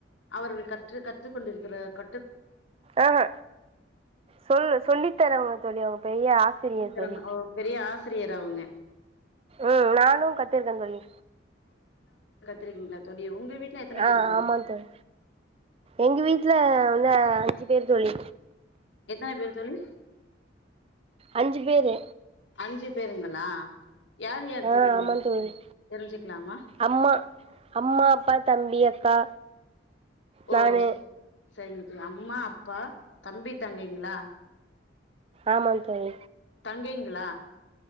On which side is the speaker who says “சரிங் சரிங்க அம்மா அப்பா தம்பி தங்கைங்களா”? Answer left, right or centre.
Left